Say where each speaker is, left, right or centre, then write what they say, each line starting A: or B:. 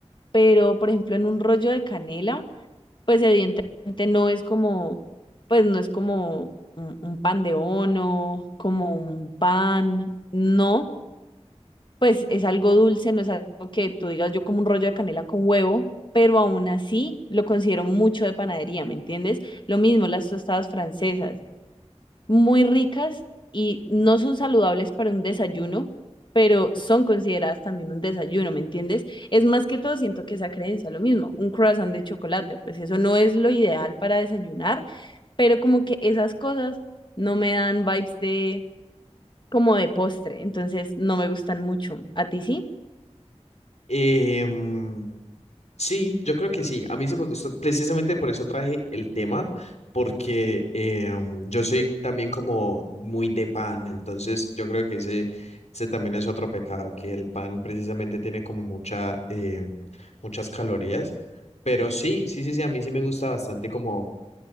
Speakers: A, on the left; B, on the left.
A: pero por ejemplo en un rollo de canela, pues evidentemente no es como, pues no es como un, un pan de ono, como un pan, no, pues es algo dulce, no es algo que tú digas yo como un rollo de canela con huevo, pero aún así lo considero mucho de panadería, ¿me entiendes? Lo mismo las tostadas francesas, muy ricas y no son saludables para un desayuno, pero son consideradas también un desayuno, ¿me entiendes? Es más que todo, siento que esa creencia, lo mismo, un croissant de chocolate, pues eso no es lo ideal para desayunar, pero como que esas cosas no me dan vibes de como de postre, entonces no me gustan mucho. ¿A ti sí?
B: Em, sí, yo creo que sí. A mí se me gustan, precisamente por eso traje el tema, porque em, yo soy también como muy de pan, entonces yo creo que ese, ese también es otro pecado, que el pan precisamente tiene como mucha, em, muchas calorías. Pero sí, sí, sí, sí, a mí sí me gusta bastante como